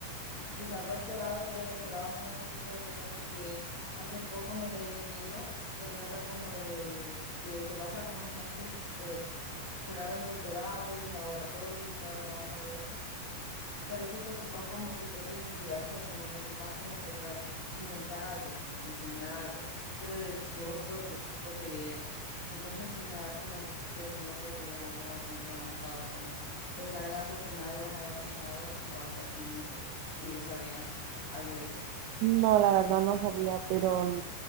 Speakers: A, on the left; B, on the right.
A: Y quizás doctorado, pero doctorado me da un poquito de miedo porque hace poco me leí un libro que trata como de, que se basa como en gente, pues, sacando el doctorado y los laboratorios y toda la onda de eso. Y parece que ocupas como tu propia investigación, como que ocupas como que para inventar algo, como diseñar algo, pero de, de vos propio, tu propia idea. Entonces sí me da como un poquito de miedo porque ya es algo bastante avanzado, como pensar en algo que nadie más haya pensado o algo así, no sé, si vos sabías algo de eso.
B: No, la verdad no sabía, pero